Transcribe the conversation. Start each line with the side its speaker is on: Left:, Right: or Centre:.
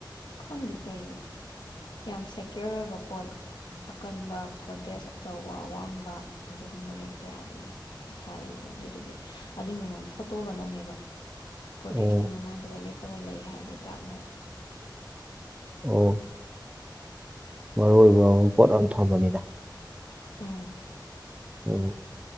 Left: ꯈꯪꯗꯦ ꯀꯩꯒꯤꯅꯣ ꯌꯥꯝ ꯁꯦꯀ꯭ꯌꯣꯔ ꯑꯣꯏꯕ ꯄꯣꯠ ꯑꯀꯟꯕ ꯒꯣꯔꯗꯦꯖ ꯑꯆꯧꯕ ꯑꯋꯥꯡꯕ ꯑꯗꯨꯒꯨꯝꯕ ꯂꯩꯇ ꯌꯥꯗꯦꯌꯦ ꯍꯥꯏꯌꯦ ꯑꯗꯨꯗꯨꯒꯤ ꯑꯗꯨꯏ ꯃꯃꯥꯡꯗ ꯐꯣꯇꯣꯒ ꯅꯝꯃꯦꯕ ꯒꯣꯔꯗꯦꯖꯇꯨꯒꯤ
Right: ꯎꯝ
Left: ꯃꯃꯥꯡꯗꯒ ꯂꯦꯞꯄꯒ ꯂꯩ ꯍꯥꯏꯕꯩ ꯇꯥꯛꯅꯕ
Right: ꯑꯣ ꯃꯔꯨ ꯑꯣꯏꯕꯝ ꯄꯣꯠ ꯑꯝ ꯊꯝꯕꯅꯤꯗ
Left: ꯎꯝ
Right: ꯎꯝ